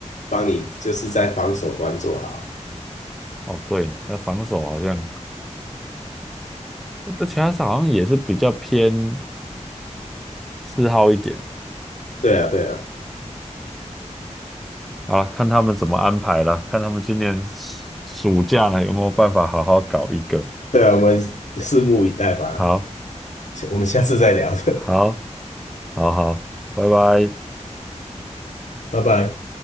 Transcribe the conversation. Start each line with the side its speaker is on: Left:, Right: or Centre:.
Left: 帮你就是在防守端做好。
Centre: 哦对，那防守好像，那其他好像也是比较偏四号一点。
Left: 对啊，对啊，
Centre: 好了，看他们怎么安排了，看他们今年暑暑假呢有没有办法好好搞一个。
Left: 对啊，我们拭目以待吧，
Centre: 好，
Left: 我们下次再聊的
Centre: 好，好好，拜拜。
Left: <laughs> 拜拜。